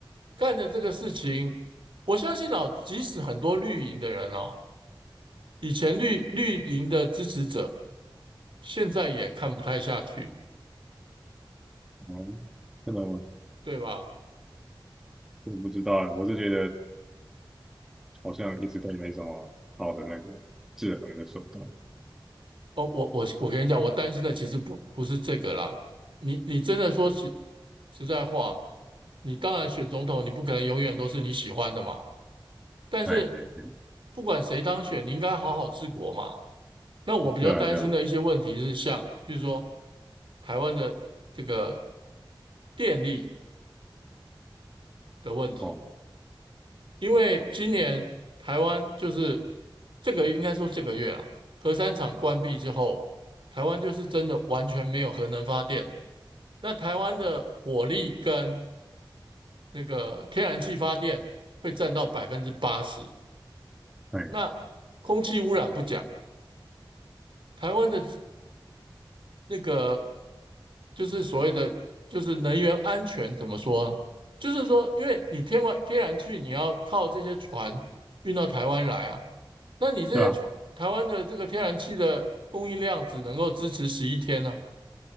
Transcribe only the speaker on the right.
干的这个事情，我相信哦，即使很多绿营的人哦，以前绿绿营的支持者，现在也看不太下去，
对吧？
哦，我我我跟你讲，我担心的其实不不是这个啦。你你真的说实实在话，你当然选总统，你不可能永远都是你喜欢的嘛。但是
不管谁当选，你应该好好治国嘛。那我比较担心的一些问题是像，
比如说台湾的这个电力的问题，
因为今年台湾就是这个应该说这个月啊，核三厂关闭之后，台湾就是真的完全没有核能发电。那台湾的火力跟那个天然气发电会占到百分之八十。
那空气污染不讲，台湾的那个就是所谓的就是能源安全怎么说啊？就是说，因为你天然天然气你要靠这些船运到台湾来啊，那你这些船台湾的这个天然气的供应量只能够支持十一天呢、